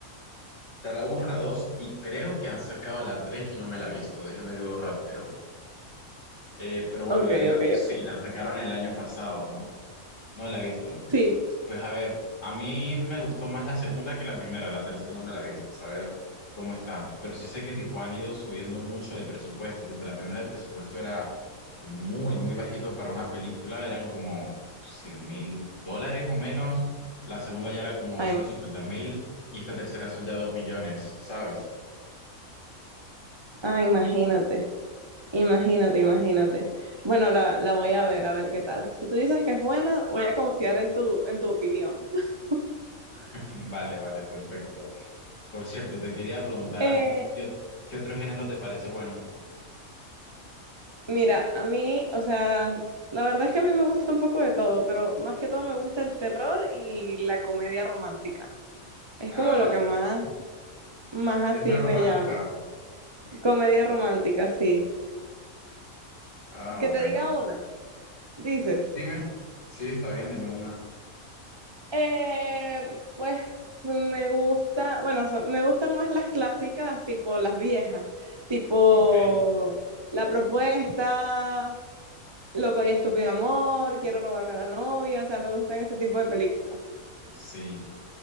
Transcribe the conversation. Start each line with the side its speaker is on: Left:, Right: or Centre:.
Left: está la uno la 2 y creo que han sacado la 3 y no me la he visto, déjame ver rápido. Eh, pero bueno,
Right: Ok,
Left: de la-
Right: ok,
Left: sí,
Right: ok.
Left: la sacaron el año pasado, ¿no? No la he visto.
Right: Sí.
Left: Pues a ver, a mí me gustó más la segunda que la primera, la tercera no me la viste, a ver cómo está. Pero sí sé que tipo han ido subiendo mucho de presupuesto, tipo la primera el presupuesto era muy, muy bajito para una película, eran como cien mil dólares o menos, la segunda ya era como
Right: Ay,
Left: ciento
Right: ma-
Left: cincuenta mil y esta tercera son ya dos millones, ¿sabes?
Right: ah, imagínate, imagínate, imagínate. Bueno, la, la voy a ver, a ver qué tal. Si tú dices que es buena, voy a confiar en tu, en tu opinión. <laughs>
Left: <laughs> Vale, vale, perfecto. Por cierto, te quería preguntar
Right: Eh,
Left: a ti, ¿qué, o- qué otro género te parece bueno?
Right: mira, a mí, o sea, la verdad es que a mí me gusta un poco de todo, pero más que todo me gusta el terror y la comedia romántica. Es
Left: Ah,
Right: como lo que más, más
Left: eres
Right: así
Left: una romántica.
Right: me llama. Comedia romántica, sí.
Left: Ah,
Right: Que
Left: bueno.
Right: te diga una, dices.
Left: Dime, sí, está bien, dime una.
Right: Eh, pues me gusta, bueno, son- me gustan más las clásicas, tipo las viejas, tipo
Left: Ok.
Right: La Propuesta, Loco y Estúpido Amor, Quiero robarme a la novia, o sea, me gustan ese tipo de películas.
Left: Sí,